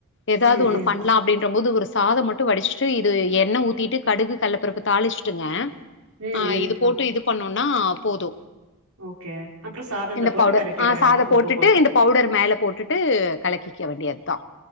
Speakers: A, on the left; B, on the right.
A: ஏதாவது
B: ம்
A: ஒன்னு
B: ம்
A: பண்ணலாம் அப்டின்ற போது ஒரு சாதம் மட்டும் வடிச்சிட்டு இது எண்ண ஊத்திட்டு கடுகு கல்ல பருப்பு தாளிச்சிட்டுங்க
B: ம்
A: ஆஹ்
B: ம்
A: இது போட்டு
B: அப்
A: இது பண்ணு னா போது
B: ஓகே அப்றோ சாதத்த
A: இந்த
B: போட்டு
A: பவுடர்
B: பெரட்டிட
A: ஆஹ்
B: வேண்டியதா
A: சாத போட்டுட்டு
B: உப்பு போட்டு
A: இந்த பவுடர் மேல போட்டுட்டு கலக்கி வெக்க வேண்டியது தா